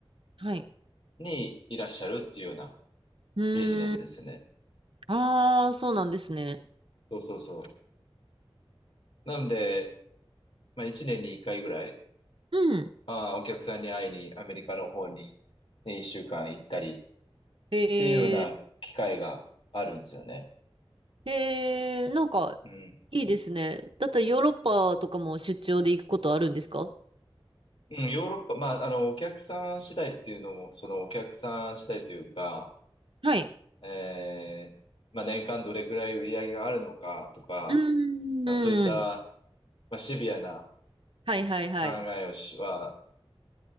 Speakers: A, on the right; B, on the left.
A: はい。
B: にいらっしゃるっていうような
A: うーん。
B: ビジネスですね。
A: ああ、そうなんですね。
B: そうそうそう。なので、まあ、1年に1回ぐらい、
A: うん。
B: まあ、お客さんに会いにアメリカの方に、ね、1週間行ったりっ
A: え
B: ていうような機会があるんですよね。
A: ー、えー、なんか、
B: うん。
A: いいですね。だったらヨーロッパとかも出張で行くことあるんですか
B: うん、ヨーロッパ、まあ、あの、お客さん次第っていうのも、そのお客さん次第というか、
A: はい。
B: えーまあ、年間どれくらい売り上げがあるのかとか、
A: うーん。
B: まあ、そういった、まあ、シビアな
A: はいはいはい。
B: 考えをしは、